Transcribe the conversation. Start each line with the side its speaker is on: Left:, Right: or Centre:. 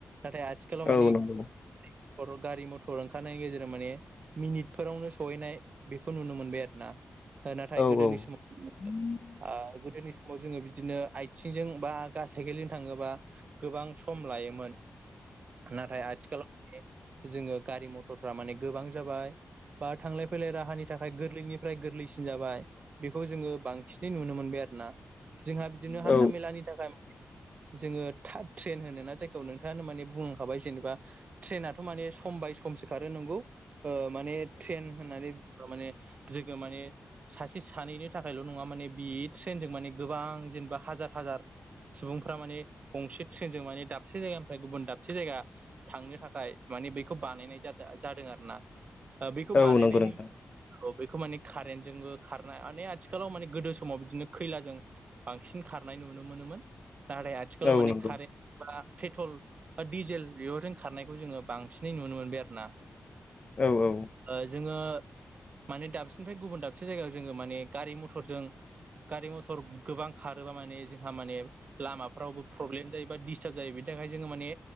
Right: नाथाय आथि खालाव मानेख
Left: औ नंगौ
Right: हर' गारि मथर ओंखारनायनि गेजेराव माने मिनिटफोरावनो सहैनाय बेखौ नुनो मोनबाय आरो ना नाथाय
Left: औ
Right: गोदोनि
Left: औ
Right: समाव
Left: <inaudible>
Right: आ गोदोनि समाव जोङो बिदिनो आथिंजों बा गा साइकेलजों थाङोबा गोबां सम लायोमोन नाथाय आथिखालाव जोङो गारि मथरफ्रा माने गोबां जाबाय बा थांलाय फैलाय राहानि थाखाय गोरलैनि फ्राय गोरलैसिन जाबाय बेखौ जोङो बांसिनै नुनो मोनबाय आरोना जोंहा बिदिनो हान्था
Left: औ
Right: मेलानि थाखाय जोङो ट्रेन होनो ना जायखौ नोंथाङानो माने बुंलांखाबाय जेनेबा ट्रेनाथ' माने सम बाय समसो खारो नोंगौ ओ माने ट्रेन होननानै बुङोबा माने जोङो माने सासे सानैनि थाखायल' नङा माने बे ट्रेनजों माने गोबां जेनेबा हाजार हाजार सुबुंफ्रा माने गंसे ट्रेनजों माने दाबसे जायगानिफ्राय गुबुन दाबसे जायगा थांनो थाखाय मानि बैखौ बानायनाय जादों जादों आरोना बैखौ
Left: औ
Right: बानायनायनि
Left: नंगौ नोंथां
Right: औ बेखौ माने कारेन्टजोंबो खारनाय माने आथिखालाव माने गोदो समाव बिदिनो खैलाजों बांसिन खारनाय नुनो मोनोमोन नाथाय आथिखालाव
Left: औ
Right: माने
Left: नंगौ
Right: कारेन्ट बा पेट्रल ओ डिजेल बेफोरजों खारनायखौ जोङो बांसिनै नुनो मोनबाय आरोना
Left: औ औ
Right: ओ जोङो माने दाबसेनिफ्राय गुबुन दाबसे जायगायाव जोङो माने गारि मथरजों गारि मथर गोबां खारोबा माने जोंहा माने लामाफ्रावबो प्रब्लेम जायो बा डिस्टार्ब जायो बेनि थाखाय जोङो माने